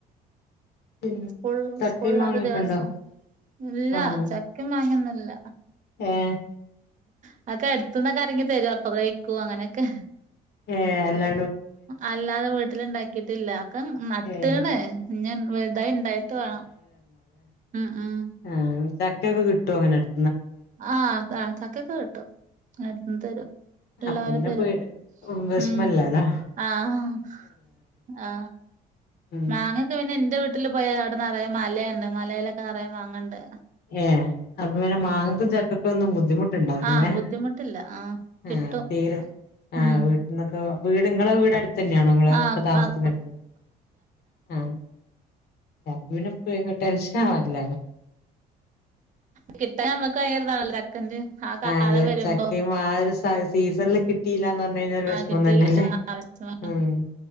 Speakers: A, on the left; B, on the right.
A: പിന്നെ
B: സ്കൂള്
A: ചക്കയും
B: സ്കൂളിലാത്ത
A: മാങ്ങൊക്കെണ്ടോ
B: ദിവസം ഇല്ല
A: ആഹ്
B: ചക്കയും മാങ്ങയൊന്നില്ല
A: ഏഹ്
B: അതൊക്കെ അടുത്തന്നൊക്കാരെങ്ങും തരും അപ്പൊ കാഴിക്കും അങ്ങനെയൊക്കെ
A: ഏഹ് അല്ലാ
B: അല്ലാതെ വീട്ടിലിണ്ടാക്കിട്ടില്ല ഒക്ക നട്ടീണ്.
A: ഏഹ്
B: ഇനി വലുതായിണ്ടായിട്ട് വേണം ഉം ഉം
A: ആ ചക്കയൊക്കെ കിട്ടും അങ്ങനെടു
B: ആഹ് ചക്കയൊക്കെ കിട്ടും ആരെങ്ങും തരും ഉള്ളവര്
A: അപ്പോ പിന്നെ
B: തരും
A: പേ വിഷമമില്ലലെ
B: ഉം ആഹ് ആ
A: ഉം
B: മാങ്ങയൊക്കെ പിന്നെ എന്റെ വീട്ടിൽ പോയ അവിടെ നിറയെ മലയുണ്ട് മലയിലൊക്കെ നിറയെ മാങ്ങയുണ്ട്
A: ഏഹ് അപ്പൊ പിന്നെ മാങ്ങക്കും ചക്കക്കും ഒന്നും ബുദ്ധിമുട്ടുണ്ടാവൂലലെ
B: ആഹ് ബുദ്ധിമുട്ടില്ല ആഹ്
A: ആ
B: കിട്ടും
A: പേരോ ആഹ്
B: ഉം
A: വീട്ടിന്നൊക്കെ വീട് ഇങ്ങളെ വീടടുത്തെന്നെയാണോ നിങ്ങളെ
B: ആഹ്
A: ഇപ്പൊ താമസിക്കുന്നടുത്ത ആ അപ്പോ പിന്നെ പേ ടെൻഷൻ ആവാനില്ലല്ലോ
B: കിട്ട നമ്മുക്ക് ഭയങ്കര <unintelligible> <unintelligible> ആ കാലം
A: അതെ
B: വരുമ്പോ
A: ചക്കയും ആ ഒരു സ- സീസണില് <unintelligible> ഒരു വിഷമം
B: ആഹ് കിട്ടിയില്ല
A: തന്നെയല്ലേ
B: ആവശ്യ
A: ഉം